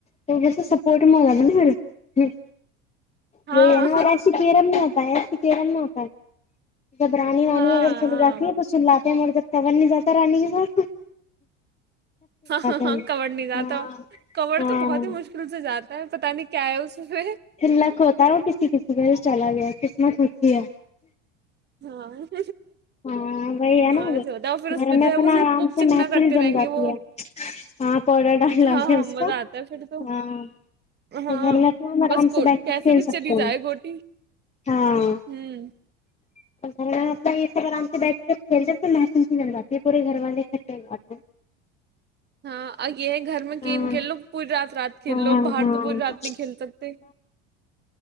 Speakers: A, on the left (about 20°); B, on the right (about 35°).
A: تو بس سپورٹ م <unintelligible>
B: ہاں
A: وہی ہے نا اور ایسے کییرم نہیں ہوتا ہے ترن میں ہوتا ہے جب رانی وانی
B: ہاں
A: اگر چل
B: ہاں
A: جاتی ہے تو سات ہیں مر جب کب نہیں جاتا رانی کی ب
B: ہاں ہاں
A: ہیں
B: ہاں کور نہیں جاتا
A: ہاں
B: کورڑ
A: ہاں
B: تو بہت ہی مشکل سے جاتا پتاہ نہیں کیا ہے اس پہ
A: تن لک ہوتا ہے وہ کسی کسی گ چلا گیا تھا خسمس رکھی ہے
B: ہاں
A: ہاں وہی ہے نا
B: ہاں ایسے
A: وہ
B: ہوتا ہے اور پھر اس
A: گھر
B: پہ
A: میں
B: جو
A: اپنا
B: ہے وہ اسے
A: آرام
B: خوب
A: سے
B: چکنا
A: محفل
B: کرتے
A: جم
B: رہیں
A: جاتی
B: گے وہ
A: ہے ہاں پاڈر ڈال
B: ہاں
A: ڈے
B: ہاں
A: اس
B: مزہ
A: کا
B: آتا ہے پھر تو
A: ہاں
B: ہاں
A: گھر میں اپنا آرام
B: بس کو
A: سے بیٹھ
B: کیسے
A: کے کھیل
B: بھی چلی
A: سکتے ہیں
B: جائے گوٹی
A: ہاں
B: ہوں
A: <inaudible> ب آرام سے بیٹھ کے کھیلتے تو محسوس ہی مل جاتی پورے گھر والے اکٹھے ہواتے ہیں
B: ہاں آ یہ ہے گھر میں گم
A: ہاں
B: کھیل لو پوری رات رات کھیل
A: ہاں
B: لو باہر
A: ہاں
B: تو پوری رات نہیں کھیل سکتے